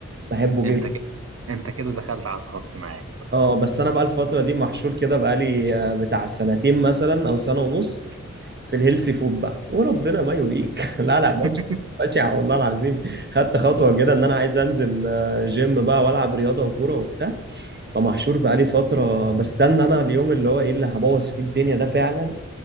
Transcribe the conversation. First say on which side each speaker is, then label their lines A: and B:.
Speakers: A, on the right (about 35°); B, on the right (about 50°).
A: بحبه
B: أنت
A: جدا
B: كده أنت كده دخلت على الخط معايا
A: اه بس انا بقى الفتره دي محشور كده بقالي آه، بتاع سنتين مثلا او سنه ونص في الهيلثي فود بقى وربنا ما يوريك <laughs> لا لا ماشي
B: <laughs>
A: ماشي والله العظيم خدت خطوه كده ان انا عايز انزل آه، جيم بقى والعب رياضه وكوره وبتاع فمحشور بقالي فتره بستنى انا اليوم اللي هو ايه اللي هبوظ فيه الدنيا ده فعلا